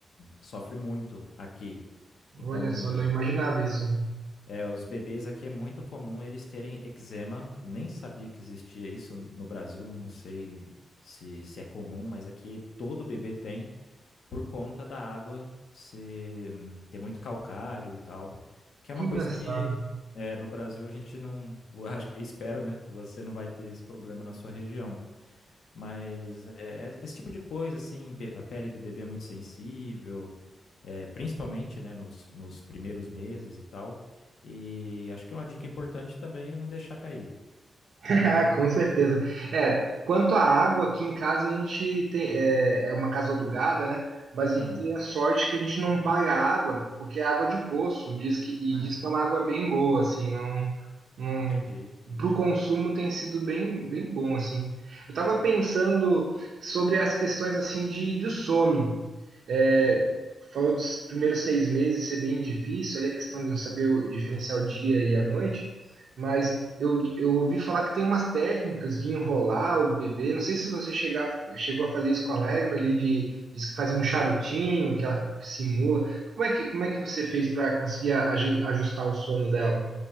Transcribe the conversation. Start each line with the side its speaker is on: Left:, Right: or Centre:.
Left: sofre muito aqui. Então,
Right: Olha só, não
Left: é,
Right: imaginava
Left: o-
Right: isso.
Left: é, os bebês aqui é muito comum eles terem eczema. Nem sabia que existia isso no Brasil, não sei se, se é comum, mas aqui todo bebê tem por conta da água ser, ter muito calcário e tal, que é
Right: Que
Left: uma
Right: engraçado.
Left: coisa que é, no Brasil a gente não, vou- <laughs> acho que- espero, né, que você não vai ter esse problema na sua região, mas é, esse tipo de coisa, assim, be- a pele do bebê é muito sensível, é, principalmente, né, nos, nos primeiros meses e tal, e acho que uma dica importante também é não deixar cair.
Right: <laughs> Com certeza. É, quanto à água, aqui em casa a gente tem, é, é uma casa alugada, né? Mas a
Left: Uhum.
Right: gente tem a sorte que a gente não paga água, porque é água de poço, diz que, e
Left: Ah,
Right: diz que é uma água bem boa, assim, não, não,
Left: entendi.
Right: para o consumo tem sido bem, bem bom, assim. Eu estava
Left: Hum,
Right: pensando sobre as questões, assim, de, de sono. É,
Left: uhum.
Right: falou dos primeiros seis meses ser bem difícil, ali a questão de não saber o- diferenciar o dia e a noite, mas eu, eu ouvi falar que tem umas técnicas de enrolar o bebê, não sei se você chegar, chegou a fazer isso com a Allegra ali, de, diz que faz um charutinho, que ela simula. Como é que, como é que você fez para conseguir aju- ajustar o sono dela?